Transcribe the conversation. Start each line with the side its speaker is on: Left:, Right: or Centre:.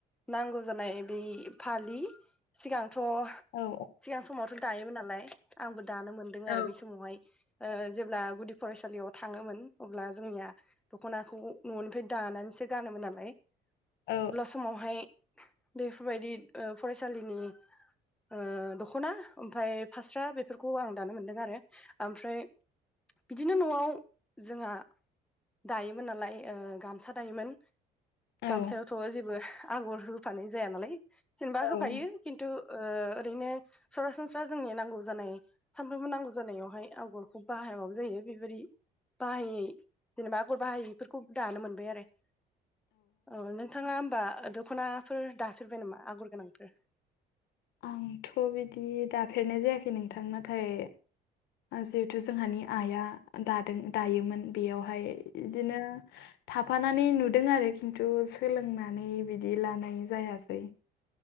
Centre: नांगौ जानाय बै फालि। सिगांथ'
Left: औ औ
Centre: सिगां समावथ' दायोमोन नालाय। आंबो दानो मोनदों
Left: औ
Centre: आरो बै समावहाय। ओ जेब्ला गुदि फरायसालियाव थाङोमोन अब्ला जोंनिया दख'नाखौ न'निफ्राय दानानैसो गानोमोन नालाय अब्ला
Left: औ
Centre: समावहाय बेफोरबायदि फरायसालिनि ओ दख'ना ओमफ्राय फास्रा बेफोरखौ आं दानो मोनदों आरो ओमफ्राय बिदिनो न'आव जोंहा दायोमोन नालाय गामसा दायोमोन।
Left: औ
Centre: गामसायावथ' जेबो आगर होफानाय जाया नालाय। जेनेबा
Left: औ
Centre: होफायो खिन्थु ओरैनो सरासनस्रा जोंनि नांगौ जानाय सानफ्रोमबो नांगौ जानायावहाय आगरखौ बाहायाबाबो जायो बेबायदि- बाहायै जेनेबा आगर बाहायैफोरखौ दानो मोनबाय आरो औ नोंथाङा होमबा दख'नाफोर दाफेरबाय नामा आगर गोनांफोर?
Left: आंथ' बिदि दाफेरनाय जायाखै नोंथां नाथाय जिहेथु जोंहानि आइआ दादों दायोमोन बेयावहाय बिदिनो थाफानानै नुदों आरो खिन्थु सोलोंनानै बिदि लानाय जायासै